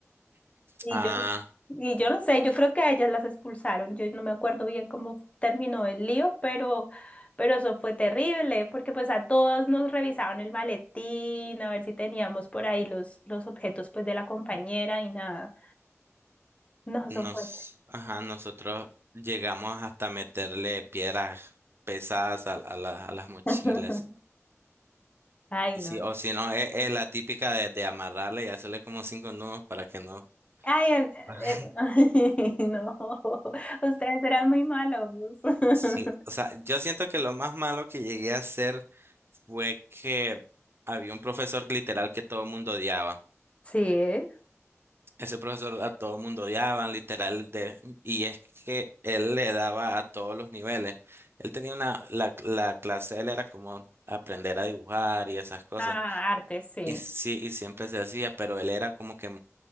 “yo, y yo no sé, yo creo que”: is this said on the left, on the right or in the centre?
Left